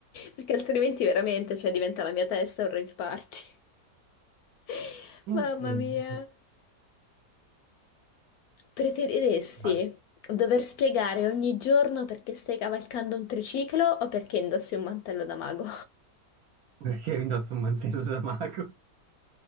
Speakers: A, on the left; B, on the right.
A: Perché altrimenti veramente, cioè, diventa la mia testa un rave party. <laughs>
B: Oddio.
A: Mamma mia. Preferiresti
B: Vai.
A: dover spiegare ogni giorno perché stai cavalcando un triciclo o perché indossi un mantello da mago?
B: Perché mi indosso un mantello da mago?